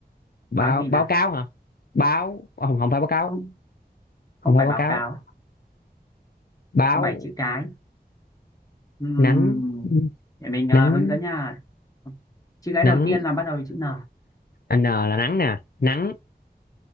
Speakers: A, on the left (about 65°); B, on the left (about 20°).
A: báo
B: báo gì
A: báo
B: nào
A: cáo hả báo không không phải báo cáo
B: không
A: không
B: không
A: phải
B: phải
A: báo
B: báo
A: cáo
B: cáo
A: báo
B: có 7 chữ cái Ừm,
A: nắng
B: để mình
A: nắng
B: à, hướng dẫn nha chữ cái
A: nắng
B: đầu tiên là bắt đầu với chữ N
A: N là nắng nè nắng